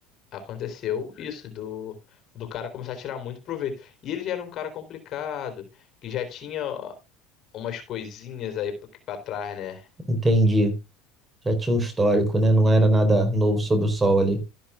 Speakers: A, on the left; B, on the right.
A: Aconteceu isso, do, do cara começar a tirar muito proveito. E ele já era um cara complicado, que já tinha umas coisinhas aí pra pra trás, né?
B: entendi. Já tinha um histórico, né? Não era nada novo sob o sol ali.